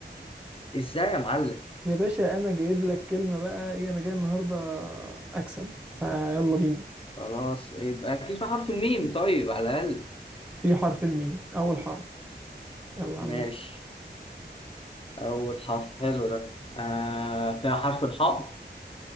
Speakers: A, on the left; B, in the centre.
A: ازاي يا معلم
B: يا باشا انا جايب لك كلمة بقى ايه انا جاي النهاردة اكسب فيلا بينا
A: خلاص يبقى اكيد في حرف الميم طيب على الاقل
B: في حرف الميم اول حرف يلا يا
A: ماشي
B: عم بس.
A: اول حرف حلو ده آه فيها حرف الحاء